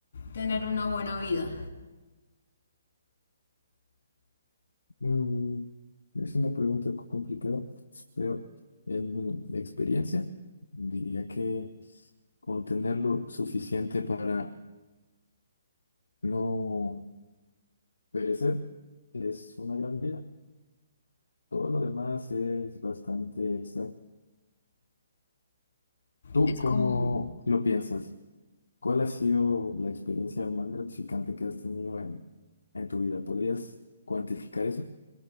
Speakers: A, on the left (about 65°); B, on the left (about 80°).
A: tener una buena vida?
B: Mm, es una pregunta complicada, pero en mi experiencia diría que con tenerlo suficiente para no perecer es una gran vida. Todo lo demás es bastante extra. ¿Tú
A: Es
B: cómo
A: como
B: lo piensas? ¿Cuál ha sido la experiencia más gratificante que has tenido en, en tu vida? ¿Podrías cuantificar eso?